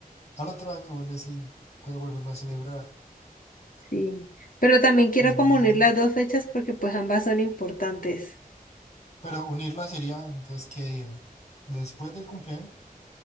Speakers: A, on the left; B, on the left.
A: Al otro año vuelves y te vuelves a celebrar.
B: Sí. Pero también quiero
A: Mm,
B: como unir las dos fechas porque pues ambas son importantes.
A: Pero unirla sería, entonces, ¿qué día? Después del cumpleaños.